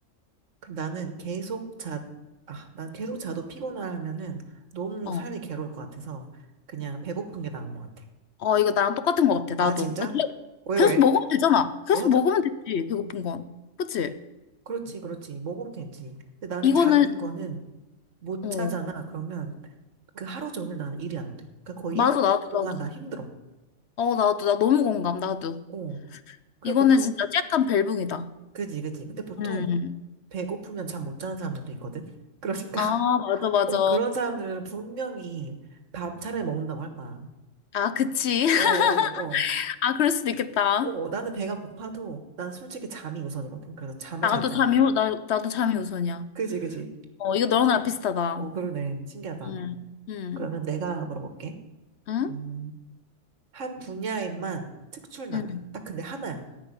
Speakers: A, on the right (about 70°); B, on the left (about 60°).
A: 그럼 나는 계속 자, 아, 난 계속 자도 피곤하면은 너무
B: 어.
A: 삶이 괴로울 것 같아서 그냥 배고픈 게 나은 것 같아.
B: 어, 이거 나랑 똑같은 것 같아,
A: 아,
B: 나도.
A: 진짜?
B: <laughs> 계-
A: 왜,
B: 계속
A: 왜?
B: 먹으면 되잖아. 계속
A: 뭐 하자.
B: 먹으면 되지, 배고픈 건. 그치?
A: 그렇지, 그렇지. 먹으면 되지. 근데 나는
B: 이거는,
A: 자는 거는 못
B: 어.
A: 자잖아. 그러면 그 하루 종일 나는 일이 안 돼. 그러니까 거의
B: 맞아,
A: 일
B: 나도,
A: 년 동안
B: 나도.
A: 나 힘들어.
B: 어, 나도, 나 너무 공감, 나도.
A: 어. 그리고
B: 이거는
A: 보통,
B: 진짜 약간 벨붕이다.
A: 그지, 그지. 근데 보통
B: 음.
A: 배고프면 잠 못 자는 사람들도 있거든? <laughs> 그러니까.
B: 아, 맞아, 맞아.
A: 어, 그런 사람들은 분명히 밥 차라리 먹는다고 할 거야.
B: 아, 그치. <laughs>
A: 어, 어, 어.
B: 아, 그럴 수도 있겠다.
A: 어, 나는 배가 고파도 난 솔직히 잠이 우선이거든. 그래서 잠을
B: 나도
A: 잘 자.
B: 잠이, 우- 나, 나도 잠이 우선이야.
A: 그지, 그지.
B: 어, 이거 너랑 나랑 비슷하다.
A: 어, 그러네. 신기하다.
B: 음. 음.
A: 그러면 내가 물어볼게.
B: 응?
A: 음, 한 분야에만 특출나게.
B: 응.
A: 딱 근데 하나야.